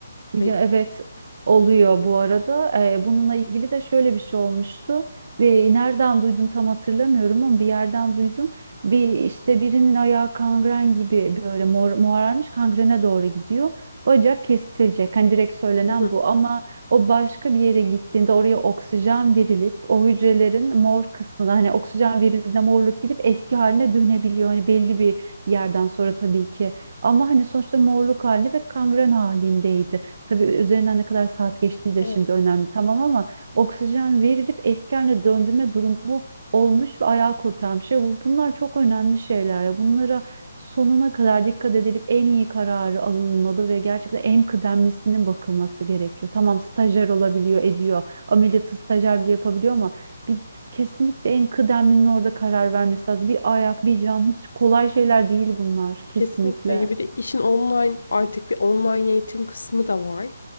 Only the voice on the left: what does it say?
Hani,
Hı
hı.
Kesinlikle. Ya Bir de işin online artık bir online eğitim kısmı da var.